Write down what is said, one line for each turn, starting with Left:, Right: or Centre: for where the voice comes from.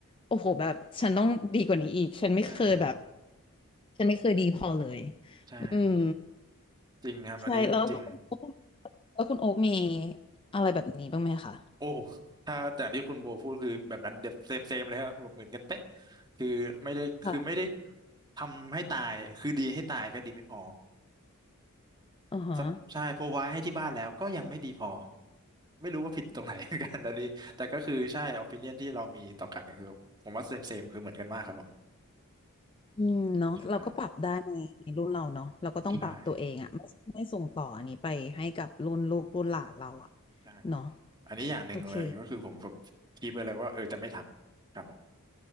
Left: โอ้โหแบบฉันต้องดีกว่านี้อีกฉันไม่เคยแบบ
Right: ใช่ใช่
Left: ฉันไม่เคยดีพอเลย
Right: ใช่
Left: อืม
Right: จริงครับอันนี้จริง
Left: ใช่แล้วแล้วคุณแล้วคุณโอ๊คมีอะไรแบบนี้บ้างไหมคะ
Right: โอ้ถ้าแต่ที่คุณโบพูดคือแบบนั้นเดบเซมเซมเลยครับแบบเหมือนกันเป๊ะคือไม่ได้คือไม่ได้
Left: ค่ะ
Right: ทำให้ตายคือดีให้ตายก็ดีไม่พอ
Left: อือฮะ
Right: ซับใช่พอไว้ให้ที่บ้านแล้วก็ยังไม่ดีพอไม่รู้ว่าผิดตรงไหน <laughs> เหมือนกันแล้วนี้แต่ก็คือใช่ opinion ที่เรามีต่อกันก็คือผมว่าเซมเซมคือเหมือนกันมากครับผ
Left: อืมเนาะเราก็ปรับได้ในในรุ่นเราเนาะเราก็ต้องปรับตัวเองอะไม่ไม่ส่งต่ออันนี้ไปให้กับรุ่นลูกรุ่นหลานเราอะ
Right: ม ใช่ใช่
Left: เนาะ
Right: อันนี้อย่างหนึ่งเลยก็คือผมแบบคิดไปเลยว่าเออจะไม่ทำครับผม
Left: โอเค